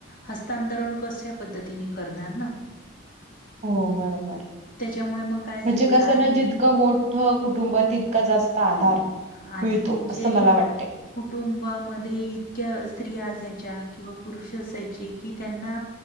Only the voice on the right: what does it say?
हो बरोबर.
म्हणजे कसं
ना जितकं मोठ कुटुंब तितकं जास्त आधार.
मिळतो
असं मला वाटते.